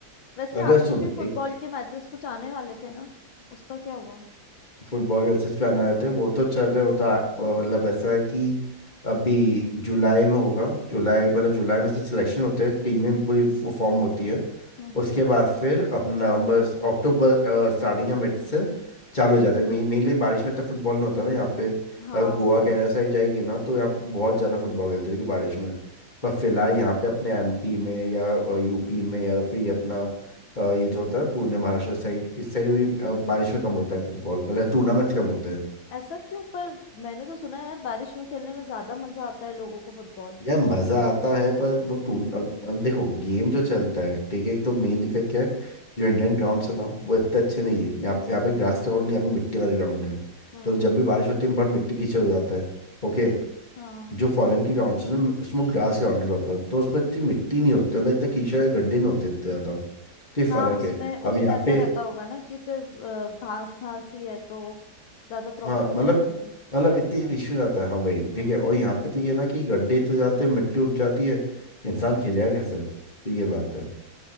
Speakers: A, on the left; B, on the left.
A: वैसे
B: अगर
A: आपके
B: सुन
A: भी फुटबॉल
B: एक
A: के मैचेस कुछ आने वाले थे ना उसका क्या हुआ
B: फुटबॉल के एसेस पे आना रहते हैं वो तो चल रहे वो तो आ- अ, मतलब ऐसा है कि अभी जुलाई में होगा जुलाई मतलब जुलाई में से सिलेक्शन होते हैं टीमें पूरी फॉर्म होती है
A: हम्म हम्म
B: उसके बाद फिर अपना नवंबर अक्टूबर स्टार्टिंग या मिड से चालू हो जाता है मेनली बारिश में तो फुटबॉल नहीं होता ना यहाँ पे
A: हाँ
B: अ, गोवा
A: वही
B: केरला साइड जाएगी ना तो यहाँ पे बहुत ज़्यादा फुटबॉल खेलते हैं कि बारिश में पर फिलहाल
A: हम्म हम्म
B: यहाँ पे अपने एमपी में या यूपी में या फिर ये अपना अ, ये जो होता है ना पुणे महाराष्ट्र साइड इस साइड भी अ, बारिश में कम होता है फुटबॉल मतलब टूर्नामेंट्स कम होते हैं
A: ऐसा क्यों पर मैंने तो सुना है यार बारिश में खेलने में ज्यादा मजा आता है लोगों को फुटबॉल
B: यार मजा आता है पर
A: हम्म
B: वो टूर अब, अब देखो गेम जो चलता है ठीक है एक तो मेन
A: हम्म
B: दिक्कत क्या है जो इंडियन ग्राउंड है ना वो इतने अच्छे नहीं है यहाँ पे यहाँ पे ग्रास ग्राउंड नहीं यहाँ पे मिट्टी वाले ग्राउंड है
A: हम्म
B: तो जब भी बारिश होती है बहुत मिट्टी कीचड़ हो जाता है ओके
A: हाँ
B: जो फॉरेन की ग्राउंड है ना उसमें ग्रास ग्राउंड है proper, तो उसमें इतनी मिट्टी नहीं होती मतलब इतना कीचड़ या गड्ढे नहीं होते इतने ज्यादा तो ये
A: हाँ
B: फर्क
A: उसमें
B: है अब
A: उसमें
B: यहाँ
A: ऐसा
B: पे
A: रहता होगा ना कि सिर्फ अ, घास घास ही है तो ज्यादा प्रॉब्लम
B: हाँ मतलब
A: नहीं आती होगी
B: मतलब इतने इश्यू नहीं आता है हाँ भाई
A: हम्म
B: ठीक है और यहाँ पे तो ये ना कि गड्ढे तो जाते हैं मिट्टी उठ जाती है इंसान खेलेगा कैसे तो ये बात है